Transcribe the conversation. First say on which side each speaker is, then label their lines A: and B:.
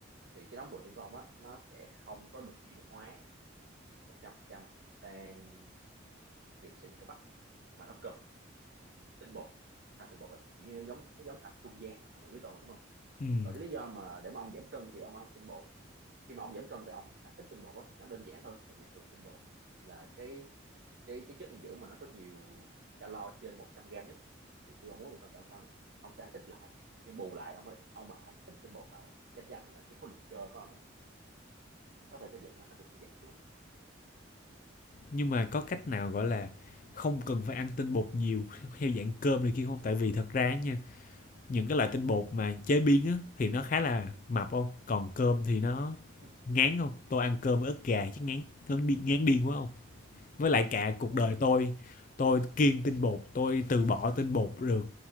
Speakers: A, on the right; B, on the left.
A: thì cái đống protein của ông á nó sẽ không có được chuyển hóa 100% sang việc xây dựng cơ bắp mà nó cần tinh bột thành tinh bột là chỉ như nó giống nó giống thành trung gian á ông hiểu với tôi mà, đúng không
B: Ừm,
A: còn cái lý do mà để mà ông giảm cân thì ông ăn tinh bột khi mà ông giảm cân thì ông ăn ít tinh bột á, thì nó đơn giản thôi tại vì thường tinh bột là cái cái cái chất dinh dưỡng mà nó có nhiều calo trên 100 gram nhất thì khi ông muốn giảm cân thì ông sang ông sang ít lại nhưng bù lại ông ông mà ăn ít tinh bột lại á, thì chắc chắn là cái khối lượng cơ của ông á, có thể xây dựng nó sẽ giảm xuống
B: nhưng mà có cách nào, gọi là, không cần phải ăn tinh bột nhiều <laughs> theo dạng cơm này kia hông? Tại vì thật ra nha những cái loại tinh bột mà chế biến á thì nó khá là mập không? Còn cơm thì nó
A: <laughs>
B: ngán không? Tôi ăn cơm với ức gà chắc ngán ngán điên, ngán điên quá không? Với lại cả
A: tinh
B: cuộc
A: bột
B: đời
A: á.
B: tôi tôi kiêng tinh bột, tôi từ bỏ tinh bột được.